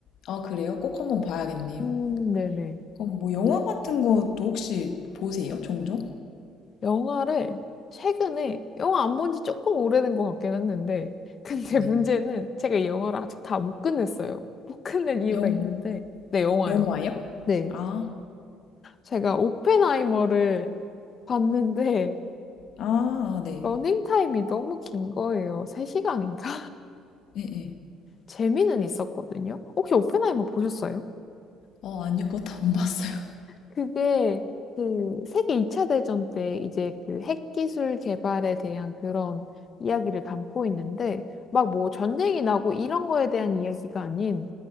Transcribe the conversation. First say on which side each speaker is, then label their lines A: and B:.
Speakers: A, on the left (about 65°); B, on the left (about 40°).
A: 아, 그래요? 꼭 한번 봐야겠네요.
B: 음, 네네.
A: 그럼 뭐 영화 같은 것도 혹시 보세요? 종종?
B: 영화를 최근에, 영화 안 본지 조금 오래된 것 같긴 했는데, 근데
A: 네.
B: <laughs> 문제는 제가 이 영화를 아직 다 못 끝냈어요. 못 끝낸 이유가
A: 영
B: 있는데, 네, 영화요.
A: 영화요?
B: 네.
A: 아,
B: 제가 오펜하이머를 봤는데,
A: 아, 아, 네.
B: 러닝타임이 너무 긴 거예요. 3시간인가?
A: 예, 예.
B: 재미는 있었거든요. 혹시 오펜하이머 보셨어요?
A: 어, 아니요. 그것도 안 봤어요.
B: 그게 그 세계 2차 대전 때 이제 그 핵기술 개발에 대한 그런 이야기를 담고 있는데 막 뭐 전쟁이 나고 이런 거에 대한 이야기가 아닌